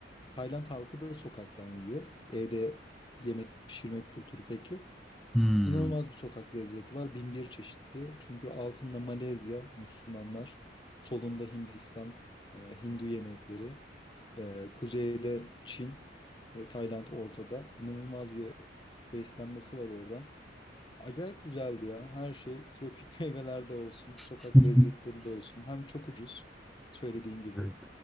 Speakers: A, on the left; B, in the centre.
A: Tayland halkı da sokaktan yiyor. Evde yemek pişirme kültürü pek yok.
B: Hmm.
A: İnanılmaz bir sokak lezzeti var. Bin bir çeşitli. Çünkü altında Malezya, Müslümanlar, solunda Hindistan, eee, Hindu yemekleri, eee, kuzeyde Çin ve Tayland ortada. İnanılmaz bir beslenmesi var oradan. Acayip güzeldi ya. Her şey tropik <laughs> meyvelerde olsun, sokak
B: <laughs>
A: lezzetleri de olsun. Hem çok ucuz söylediğin gibi
B: Evet.